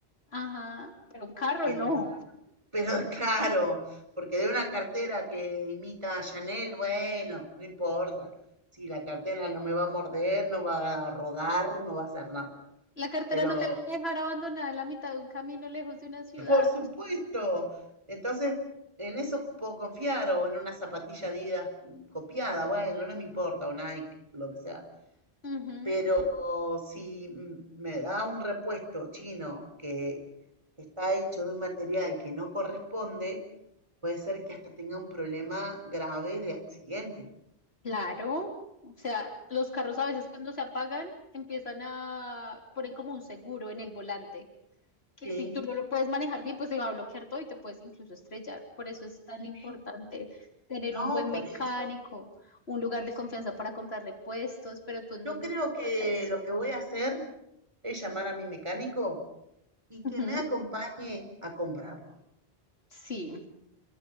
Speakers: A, on the left; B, on the right.
A: Ajá, pero un carro
B: que
A: no.
B: n- pero <laughs> claro, porque de una cartera que imita a Chanel, bueno, no importa. Si la cartera no me va a morder, no va a rodar, no va a hacer nada.
A: La cartera
B: Pero
A: no te va a dejar abandonada en la mitad de un camino lejos de una ciudad.
B: Por supuesto. Entonces, en eso puedo confiar o en una zapatilla Adidas mm, copiada, bueno, no me importa, o Nike, lo que sea.
A: Ujú,
B: Pero si mm, me da un repuesto chino que está hecho de un material que no corresponde, puede ser que hasta tenga un problema grave de accidente.
A: Claro. O sea, los carros a veces cuando se apagan empiezan a poner como un seguro en el volante, que
B: Sí,
A: si tú no lo puedes manejar bien, pues se va a bloquear todo y te puedes incluso estrellar. Por eso es tan importante
B: sí.
A: tener
B: No,
A: un buen
B: por
A: mecánico,
B: eso.
A: un lugar
B: Sí,
A: de
B: sí,
A: confianza
B: sí,
A: para
B: sí.
A: comprar repuestos, pero tú ¿en
B: Yo
A: dónde
B: creo
A: encuentras
B: que
A: eso?
B: lo que voy a hacer es llamar a mi mecánico y que
A: Ujú,
B: me acompañe a comprarlo.
A: Sí,